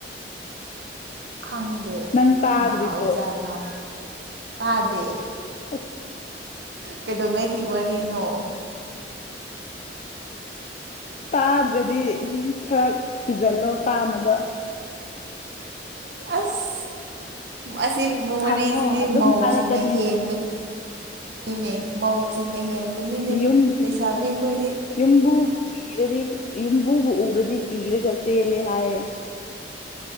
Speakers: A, on the right (about 65°); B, on the left (about 40°).
A: ꯈꯪꯗꯦ
B: ꯅꯪ ꯇꯥꯗ꯭ꯔꯤꯕꯣ
A: ꯀꯅꯥ ꯑꯣꯏꯖꯥꯠꯅꯣ ꯄꯥꯗꯦ
B: ꯑ
A: ꯀꯩꯗꯧꯉꯩꯒꯤ ꯋꯥꯔꯤꯅꯣ
B: ꯇꯥꯗ꯭ꯔꯗꯤ ꯈꯔ ꯊꯤꯖꯤꯜꯂꯣ ꯇꯥꯅꯕ
A: ꯑꯁ ꯑꯁꯤꯒꯨꯝꯕ ꯋꯥꯔꯤꯁꯤꯗꯤ
B: ꯍꯪꯉꯣ ꯑꯗꯨꯝ
A: ꯃꯧꯁꯤꯡꯅ
B: ꯍꯥꯏꯔꯛꯀꯅꯤ
A: ꯍꯦꯟꯕꯅꯤꯅꯦ ꯃꯧꯁꯤꯡꯅ ꯍꯦꯟꯕꯅꯤꯅꯦ
B: ꯌꯨꯝ
A: ꯂꯩꯁꯥꯕꯤ ꯑꯩꯈꯣꯏꯗꯤ
B: ꯌꯨꯝꯕꯨꯕꯨ ꯀꯤꯔꯗꯤ ꯌꯨꯝꯕꯨꯕꯨ ꯎꯔꯗꯤ ꯀꯤꯔꯒ ꯆꯦꯜꯂꯦ ꯍꯥꯏꯌꯦ